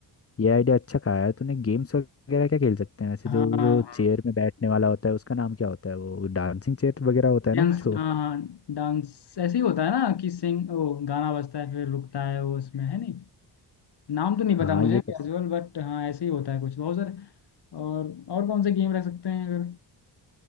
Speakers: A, on the left; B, on the left.
A: ये आइडिया अच्छा कहा है तूने गेम्स वगैरह क्या खेल सकते हैं वैसे
B: हाँ
A: जो वो चेयर में बैठने वाला होता है उसका नाम क्या होता है वो डांसिंग चेयर वगैरह होता है
B: डांस
A: ना कुछ वो
B: हाँ डांस ऐसे ही होता है ना कि सिंग ओ गाना बजता है फिर रुकता है वो उसमें है नहीं नाम तो नहीं
A: हाँ
B: पता मुझे
A: ये कर
B: कैजुअल
A: सकते
B: बट हाँ ऐसे ही होता है कुछ बहुत सारे और और कौन से गेम रख सकते हैं अगर